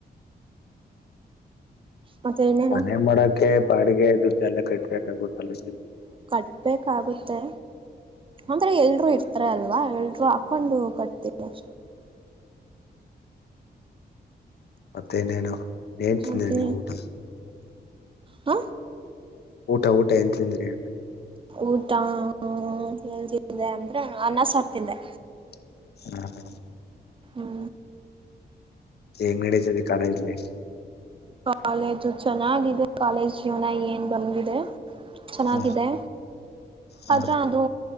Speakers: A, on the right (about 30°); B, on the left (about 70°).
A: ಮತ್ತೆ ಇನ್ನೇನು
B: ಮನೆ ಮಾಡಕ್ಕೆ ಬಾಡಿಗೆದು್ದ ಎಲ್ಲ ಕಟ್ಟಬೇಕಾಗುತ್ತಲ್ಲ.
A: ಕಟ್ಬೇಕಾಗುತ್ತೆ ಅಂದ್ರೆ ಎಲ್ರುೂ ಇರ್ತ ಹತ್ರ ಅಲ್ವಾ ಎಲ್ರು ಹಾಕೊಂಡು ಕಟ್ತವಿ ಅಷ್ಟ
B: ಮತ್ತೆೇನೇನು? ಏನ್ ತಿಂದಿಿ
A: ಮತ್ತೆ
B: ನೀವು ಊಟ?
A: ಹ
B: ಊಟ ಊಟ ಎಂತ ತಿಂದ್ರಿ ಅ
A: ಊಟಾ ಹ್ಮ ಎತೆ ಅಂದ್ರೆ ಅನ್ನ ಸರ್ತಿದ್ದೆ
B: ಹ
A: ಹ್ಮ್
B: ಎಂಗಡಿದೆ ಕಾಲೇಜ್ ಲೈಫ್
A: ಕಾಲೇಜು ಚೆನ್ನಾಗಿದೆ ಕಾಲೇಜ್ ಜೀವನ ಏನ್ ಬಂದಿದೆ ಚೆನ್ನಾಗಿದೆ
B: ಹ ಹ
A: ಆದ್ರೆ ಅದು